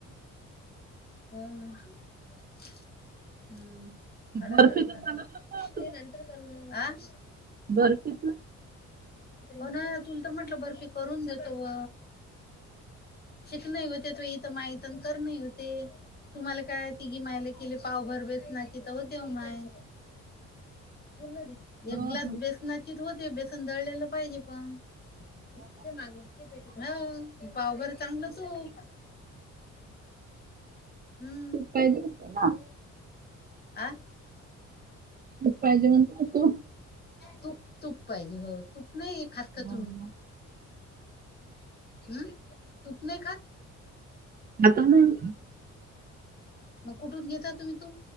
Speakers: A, on the left; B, on the right.
A: हो ना, हम्म. काडाय
B: बर्फीच
A: लागणार
B: सांगितलं ना तू
A: ते, नंतर करणार आं..
B: बर्फीच
A: ओ नाय अजून तर म्हटलं बर्फी करून देतो व. शिकणे होते तर इथे मै तन करणे होते तुम्हाला काय तिघी मिळाले <unintelligible> केले पावभर बेसनाचे, तव देव माय पूर्ण दे.
B: हो
A: एक ग्लास बेसनाचीच होती, बेसन दळलेलं पाहिजे पण ते मग. हं.. पाव बरं चांगलं तुप. हम्.
B: पाहिजे ना
A: आं..
B: पाहिजे म्हण तू तो,
A: तूप तूप पाहिजे हो तूप नाही खात का
B: हम्म
A: तुम्ही, हम.. तूप नाही खात.
B: आता म्हण.
A: मग कुठून घेता, तुम्ही तूप.